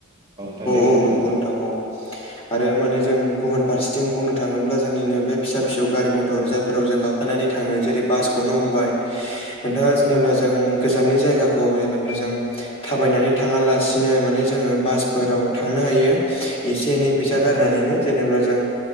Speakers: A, on the right; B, on the left.
A: औ नोंथां दे
B: औ
A: बुंफिनलाय
B: नंगौ नोंथां औ आरो माने जों गुबुन फारसेथिं बुंनो थाङोब्ला जोंनिनो बे फिसा फिसौ गारि मथर जायफोराव जों गाखोनानै थाङो जेरै बासखौ नो हमबाय नोंथाङा जेनोब्ला जों गोजाननि जायगाखौ जेनोब्ला जों थाबायनानै थाङालासिनो माने जोङो बासफोराव थांनो हायो। एसे एनै
A: औ नोंथां
B: फैसा गारनानैनो जेनेबा जों